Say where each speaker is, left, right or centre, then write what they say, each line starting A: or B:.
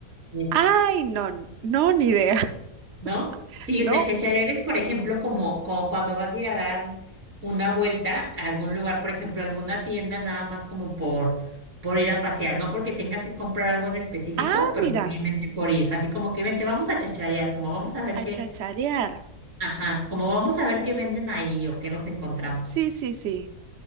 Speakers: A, on the right; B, on the right.
A: Es-
B: Ay, no, no, ni idea, <laughs>
A: ¿no? Sí,
B: ¿no?
A: o sea, chacharear es, por ejemplo, como, como cuando vas a ir a dar una vuelta a algún lugar, por ejemplo, alguna tienda, nada más como por, por ir a pasear, no porque tengas que comprar algo en específico,
B: Ah,
A: pero
B: mira,
A: simplemente por ir, así como que vente, vamos a chacharear, como vamos a ver
B: a
A: qué,
B: chacharear.
A: ajá, como vamos a ver qué venden ahí o qué nos encontramos,
B: Sí, sí, sí.